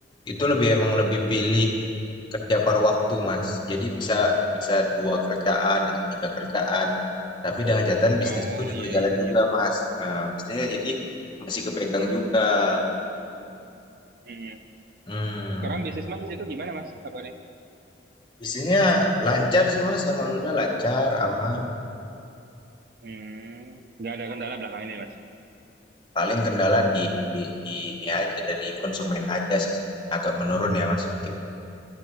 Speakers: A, on the left; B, on the right.
A: itu lebih emang lebih pilih kerja par waktu, Mas. Jadi bisa bisa dua kerjaan atau tiga kerjaan. Tapi dengan catatan bisnisku
B: oh
A: juga
B: iya
A: jalan
B: iya iya
A: juga, Mas. Eee, bisnisnya jadi masih kepegang juga.
B: Mm-mm.
A: Mmm,
B: sekarang bisnis mas di situ gimana mas kabarnya
A: bisnisnya lancar sih, Mas, alhamdulillah lancar, aman.
B: hmm nggak ada kendala belakang ini mas
A: Paling kendala di di di ini aja, dari konsumen aja sih sebenarnya, agak menurun ya, Mas, mungkin.